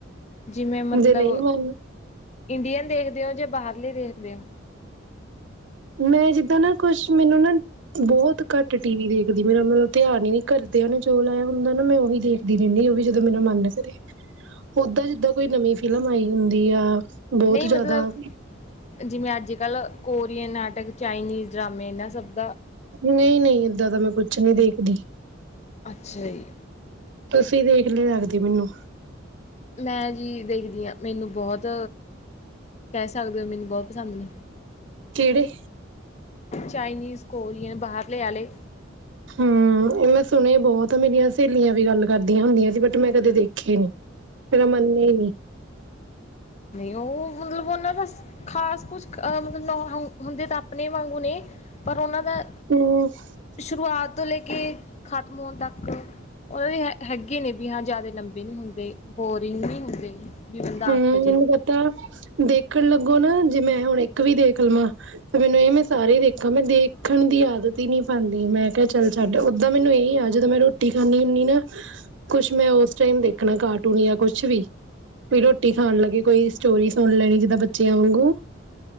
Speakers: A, on the left; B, on the right.
A: ਜਿਵੇਂ ਮਤਲਬ,
B: ਜੇ ਨਹੀਂ ਮਨ
A: ਇੰਡੀਅਨ ਦੇਖਦੇ ਹੋ ਜਾਂ ਬਾਹਰਲੇ ਦੇਖਦੇ ਹੋ।
B: ਮੈਂ ਜਿੱਦਾਂ ਨਾ, ਕੁਛ ਮੈਨੂੰ ਨਾ ਬਹੁਤ ਘੱਟ ਟੀ ਵੀ ਦੇਖਦੀ। ਮੇਰਾ ਮਤਲਬ ਧਿਆਨ ਹੀ ਨੀ ਘਰਦਿਆਂ ਨੇ ਜੋ ਲਾਇਆ ਹੁੰਦਾ ਨਾ, ਮੈਂ ਉਹੀ ਦੇਖ ਰਹਿੰਦੀ ਉਹ ਵੀ ਜਦੋਂ ਮੈਨੂੰ ਮੰਨ ਨਾ ਕਰੇ, ਓਦਾਂ ਜਿੱਦਾਂ ਕੋਈ ਨਵੀਂ ਫਿਲਮ ਆਈ ਹੁੰਦੀ ਆ ਬਹੁਤ
A: ਨਹੀਂ
B: ਜ਼ਿਆਦਾ
A: ਮਤਲਬ ਜਿਵੇਂ ਅੱਜ- ਕੱਲ੍ਹ ਕੋਰੀਅਨ ਨਾਟਕ, ਚਾਈਨੀਜ਼ ਡਰਾਮੇ ਇਹਨਾਂ ਸਭ ਦਾ।
B: ਨਹੀਂ- ਨਹੀਂ ਏਦਾਂ ਦਾ ਮੈਂ ਕੁਛ ਨਹੀਂ ਦੇਖਦੀ।
A: ਅੱਛਾ ਜੀ
B: ਤੁਸੀਂ ਦੇਖ ਲਿਉ ਲਗਦੀ ਮੈਨੂੰ।
A: ਮੈਂ ਜੀ ਦੇਖਦੀ ਹਾਂ, ਮੈਨੂੰ ਬਹੁਤ। ਕਹਿ ਸਕਦੇ ਹੋ, ਮੈਨੂੰ ਬਹੁਤ ਪਸੰਦ ਨੇ।
B: ਕਿਹੜੇ?
A: ਚਾਈਨੀਜ਼, ਕੋਰੀਅਨ, ਬਾਹਰਲੇ ਵਾਲੇ।
B: ਹਮ ਇਹ ਮੈਂ ਸੁਣੇ ਬਹੁਤ ਆ, ਮੇਰੀਆਂ ਸਹੇਲੀਆਂ ਵੀ ਗੱਲ ਕਰਦੀਆਂ ਹੁੰਦੀਆਂ ਸੀ, ਬਟ ਮੈਂ ਕਦੇ ਦੇਖੇ ਨੀ। ਫਿਰ ਉਹ ਮੰਨੀ
A: ਨਹੀਂ ਉਹ ਮਤਲਬ ਉਹਨਾਂ, ਬਸ ਖ਼ਾਸ ਕੁਛ ਮਤਲਬ ਹੁੰਦੇ ਤਾਂ ਆਪਣੇ ਵਾਂਗੂ ਨੇ। ਪਰ ਉਹਨਾਂ ਦਾ।
B: <inaudible>
A: ਸ਼ੁਰੂਆਤ ਤੋਂ ਲੈ ਕੇ, ਖਤਮ ਹੋਣ ਤੱਕ। ਉਹ ਵੀ ਹੈਗੇ ਨੇ ਵੀ ਹਾਂ ਜ਼ਿਆਦਾ ਲੰਬੇ ਨੀ ਹੁੰਦੇ, ਬੋਰਿੰਗ ਨਹੀਂ ਹੁੰਦੇ। ਵੀ ਬੰਦਾ
B: ਹਮ
A: ਅੱਕ ਜੇ
B: ਮੈਨੂੰ ਪਤਾ, ਦੇਖਣ ਲੱਗੋ ਨਾ ਜੇ ਮੈਂ ਹੁਣ ਇੱਕ ਵੀ ਦੇਖ ਲਵਾਂ। ਤੇ ਮੈਨੂੰ ਇਹ ਮੈਂ ਸਾਰੇ ਦੇਖਾਂ, ਮੈਂ ਦੇਖਣ ਦੀ ਆਦਤ ਹੀ ਨਹੀ ਪਾਉਂਦੀ। ਮੈਂ ਕਿਹਾ ਚੱਲ ਸਾਡੇ ਓਦਾਂ ਮੈਨੂੰ ਇਹੀ ਆ। ਜਦੋਂ ਮੈਂ ਰੋਟੀ ਖਾਂਦੀ ਹੁੰਦੀ ਨਾ ਕੁਛ ਮੈਂ ਉਸ ਟਾਈਮ ਦੇਖਣਾ ਕਾਰਟੂਨ ਜਾਂ ਕੁਛ ਵੀ ਵੀ ਰੋਟੀ ਖਾਣ ਲੱਗੇ, ਕੋਈ ਸਟੋਰੀ ਸੁਣ ਲੈਣੀ ਜਿੱਦਾਂ ਬੱਚਿਆ ਵਾਂਗੂ